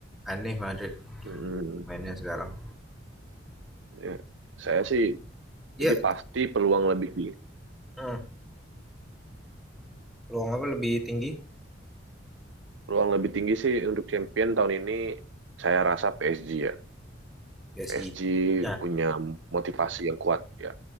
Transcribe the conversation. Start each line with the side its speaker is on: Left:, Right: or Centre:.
Centre: aneh Madrid
Right: Hmm.
Centre: mainnya sekarang.
Right: Ya. Saya sih
Centre: Ya,
Right: jadi pasti peluang lebih di
Centre: mm, peluang apa lebih tinggi?
Right: Ruang lebih tinggi sih untuk champion tahun ini saya rasa PSG ya.
Centre: Ya
Right: PSG
Centre: sih. Ya.
Right: punya motivasi yang kuat ya